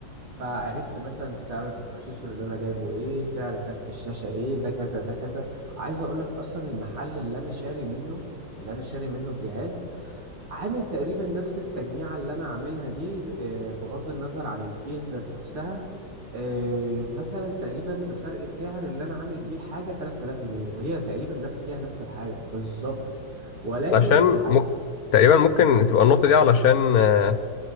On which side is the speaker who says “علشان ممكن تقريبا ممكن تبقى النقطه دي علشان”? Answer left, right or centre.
Left